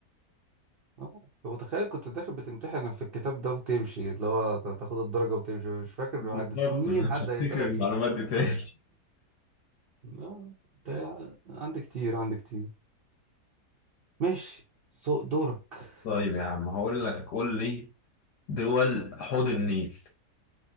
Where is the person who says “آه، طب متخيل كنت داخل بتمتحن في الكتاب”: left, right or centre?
Right